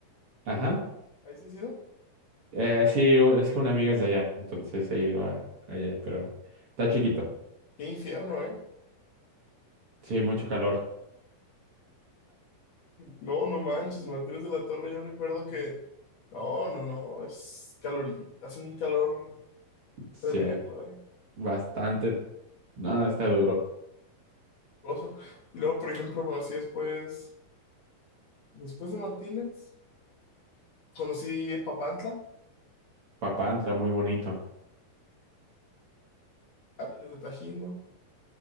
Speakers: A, on the right; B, on the left.
A: Ajá.
B: ahí sí ha sido.
A: Eh, sí, es que una amiga es de allá, entonces he ido a- allá, pero está chiquito.
B: Qué infierno, ¿eh?
A: Sí, mucho calor.
B: No, no manches, Martínez de la Torre, yo recuerdo que... No, no, no, es calorí, hace un calor
A: Sí,
B: tremendo, ¿eh?
A: bastante. No, está duro.
B: Oso. Y luego, por ejemplo, conocí después, después de Martínez, conocí Papantla,
A: Papá entra muy bonito.
B: a de Tajín, ¿no?